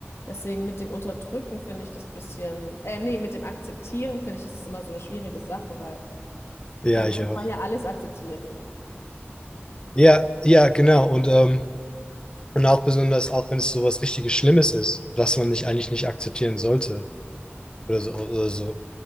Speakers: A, on the left; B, on the left.
A: Deswegen mit dem Unterdrücken finde ich das bisschen, äh, nee, mit dem Akzeptieren finde ich, ist es immer so eine schwierige Sache, weil
B: Ja,
A: dann
B: ich
A: könnte
B: auch.
A: man ja alles akzeptieren.
B: Ja, ja, genau. Und, ähm, und auch besonders, auch wenn es so was richtiges Schlimmes ist, was man nicht eigentlich nicht akzeptieren sollte oder so oder so.